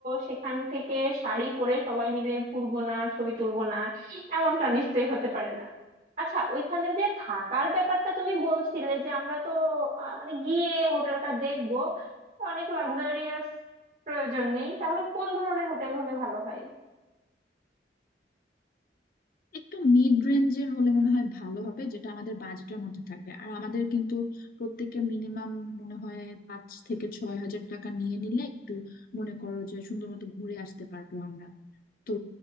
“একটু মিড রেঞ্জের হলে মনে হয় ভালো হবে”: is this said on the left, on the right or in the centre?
Left